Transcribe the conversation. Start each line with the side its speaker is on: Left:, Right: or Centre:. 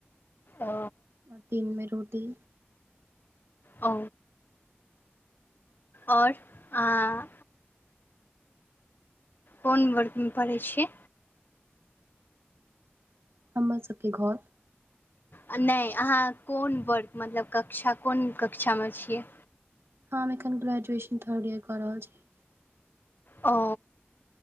Left: ओ
Right: ओर दिन मे रोटी
Left: ओ आओर अं कोन वर्ग में पढ़ै छियै?
Right: हमर सबके घर
Left: आ नहि अहाँ कोन वर्ग मतलब कक्षा कोन कक्षामे छियै?
Right: हम एखन ग्रेजुएशन थर्ड ईयर कऽ रहल छी।
Left: ओ